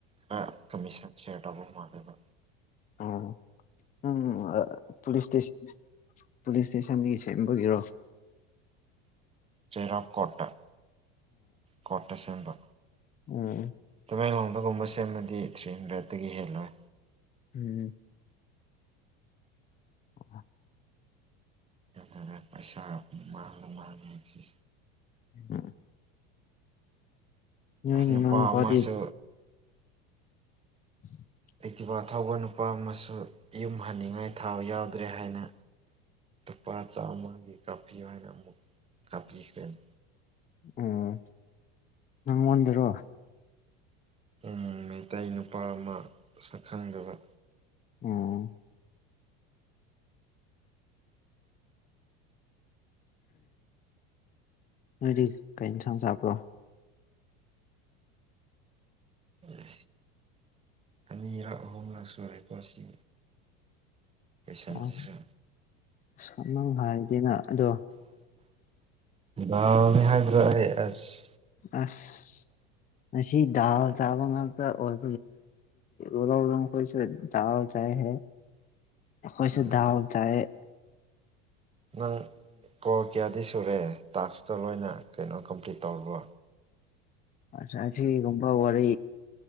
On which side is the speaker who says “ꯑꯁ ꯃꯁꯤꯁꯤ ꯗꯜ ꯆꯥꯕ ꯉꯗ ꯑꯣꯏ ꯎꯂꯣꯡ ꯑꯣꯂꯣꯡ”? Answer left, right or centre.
Left